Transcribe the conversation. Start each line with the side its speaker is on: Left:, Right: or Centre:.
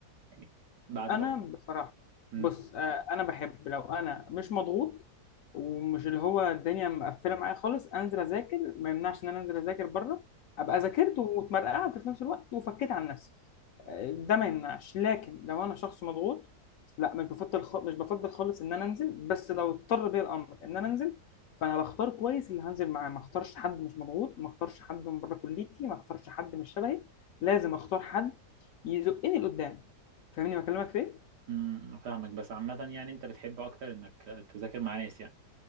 Right: يعني بعد
Left: انا
Right: ما قلت
Left: بصراحه
Right: امم
Left: بص آه، انا بحب لو انا مش مضغوط ومش اللي هو الدنيا مقفله معايا خالص انزل اذاكر ما يمنعش ان انا انزل اذاكر بره ابقى ذاكرت واتمرقعت في نفس الوقت وفكيت عن نفسي آه، ده ما يمنعش لكن لو انا شخص مضغوط لا مش بفضل خ... مش بفضل خالص ان انا انزل بس لو اضطر بيا الامر ان انا انزل فانا بختار كويس اللي هنزل معاه ما اختارش حد مش مضغوط ما اختارش حد من بره كليتي ما اختارش حد مش شبهي لازم اختار حد يزقني لقدام فاهمني بكلمك في ايه
Right: امم فاهمك بس عامة يعني أنت بتحب أكتر إنك تذاكر مع ناس يعني